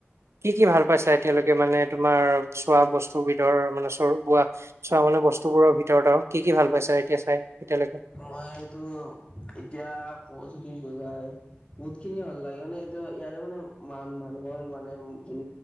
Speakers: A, on the right; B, on the left.
A: কি কি ভাল পাইছা এতিয়ালৈকে মানে তোমাৰ চোৱা বস্তু ভিতৰ, মানে চ বোৱা চোৱা মানে বস্তু বোৰৰ ভিতৰত আৰু। কি ভাল পাইছা এতিয়া চাই? এতিয়ালৈকে
B: মইতো এতিয়া ক'বচো বুজাই, বহুত খিনিয়েই ভাল লাগে, মানে এয়া ইয়াৰে মানে মান মানুহৰ মানে যোন